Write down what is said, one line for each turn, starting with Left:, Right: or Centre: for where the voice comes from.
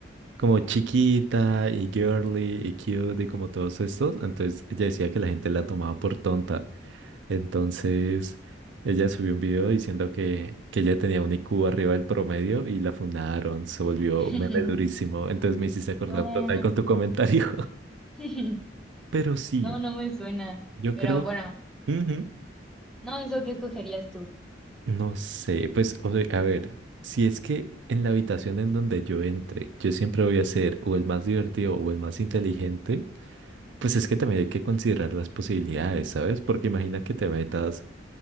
Right: Como chiquita y girly y cute y como todos estos. Entonces ella decía que la gente la tomaba por tonta. Entonces ella subió un video diciendo que, que ella tenía un IQ arriba del promedio y la fundaron, se volvió
Centre: <laughs>
Right: meme durísimo. Entonces me hiciste acordar
Centre: No,
Right: total con tu comentario.
Centre: <laughs>
Right: Pero sí,
Centre: no, no me suena.
Right: yo
Centre: Pero
Right: creo,
Centre: bueno,
Right: ujú,
Centre: no, eso que escogerías tú.
Right: no sé, pues o sea, a ver, si es que en la habitación en donde yo entre, yo siempre voy a ser o el más divertido o el más inteligente, pues es que también hay que considerar las posibilidades, ¿sabes? Porque imagina que te metas